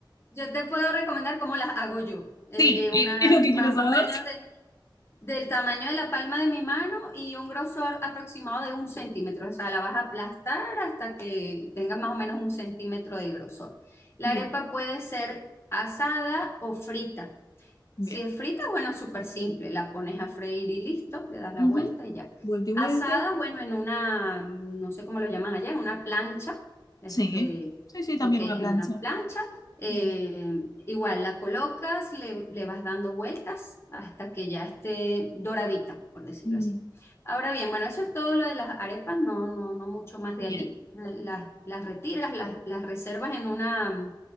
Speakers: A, on the left; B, on the left.
A: Yo te puedo recomendar cómo las hago yo. Eh,
B: Sí,
A: eh, una
B: eh, es lo que
A: más
B: quiero saber.
A: o menos de- del tamaño de la palma de mi mano y un grosor aproximado de un centímetro. O sea, la vas a aplastar hasta que tenga más o menos un centímetro de grosor. La
B: Bien,
A: arepa puede ser asada o frita.
B: bien.
A: Si es frita, bueno, súper simple, la pones a freír y listo, le das la
B: Ujú.
A: vuelta y ya.
B: Vuelta y
A: Asada,
B: vuelta.
A: bueno, en una, no sé cómo lo llaman allá, en una plancha, este,
B: Sí, sí, sí, también
A: ok, en
B: una plancha.
A: una plancha, eh,
B: Mm,
A: igual la colocas, le, le vas dando vueltas hasta que ya esté doradita, por decirlo
B: mm.
A: así. Ahora bien, bueno, eso es todo lo de las arepas, no, no, no mucho más de
B: Bien.
A: allí. Las, las retiras, las, las reservas en una